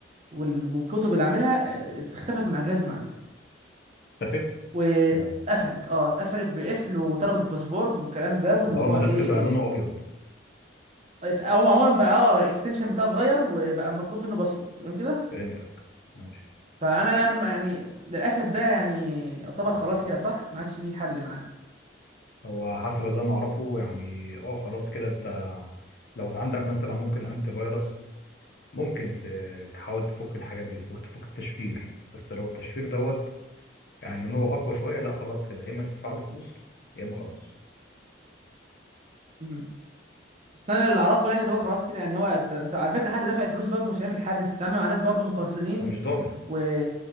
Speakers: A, on the right; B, on the left.
A: وال- والكتب اللي عاملها إيه، اختفت من على الجهاز من عنده
B: التفت
A: واتقفلت
B: تمام
A: اه اتقفلت بقفل وطلبت باسورد والكلام ده والموضوع
B: اللي هو ملف
A: ايه
B: بقى لونه
A: آه،
B: ابيض
A: ات- هو عموما بقى اه الاكستنشن بتاعه اتغير وبقى مطلوب منه باسورد تمام كده
B: فهمتك ماشي
A: فانا انا م- يعني للاسف ده يعني يعتبر خلاص كده صح ما عادش فيه حل معاه
B: هو حسب اللي انا اعرفه يعني اه خلاص كده انت لو عندك مثلا ممكن انتي فيروس ممكن ت- تحاول تفك الحاجات دي وتفك التشفير بس لو التشفير دوت يعني ان هو اقوى شوية لا خلاص كده يا اما تدفع له فلوس يا اما خلاص
A: مهم. بس انا اللي اعرفه يعني اللي هو خلاص كده يعني هو انت, انت على فكره حتى دافع الفلوس برضه مش هيعمل حل انت بتتعامل مع ناس برضه مقرصنين
B: انت مش ضامن
A: و